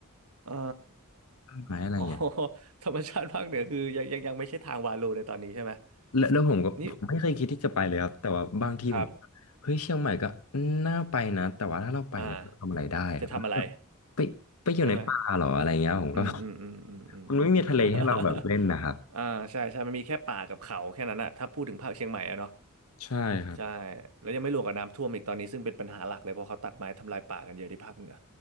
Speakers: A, on the right; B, on the left.
A: เอ่อ
B: ต้นไม้อะไรเงี้ย
A: <laughs> อ๋อ <laughs> ธรรมชาติภาคเหนือคือยังยังยังไม่ใช่ทางวาลูในตอนนี้ใช่ไหม
B: แล้วแล้วผมก็ผมไม่เคยคิดที่จะไปเลยครับแต่ว่าบางทีผมก็เฮ้ยเชียงใหม่ก็
A: นี่ครับ
B: น่าไปนะแต่ว่าถ้าเราไปแล้วเราทำอะไรได้ครับแบบไปไปอยู่ในป่าเหรออะไรเงี้ยผมก็
A: อ่าจะทำอะไรใช่ไหมอืมอืมอืมอืมอืมอืม
B: <laughs> มันไม่มีทะเลให้เราแบบเล่นนะครับ
A: <laughs> อ่าใช่ใช่มันมีแค่ป่ากับเขาแค่นั้นอะถ้าพูดถึงภาคเชียงใหม่อะเนาะ
B: ใช่ครับ
A: ใช่แล้วยังไม่รวมกับน้ำท่วมอีกตอนนี้ซึ่งเป็นปัญหาหลักเลยเพราะเขาตัดไม้ทำลายป่ากันเยอะที่ภาคเหนือ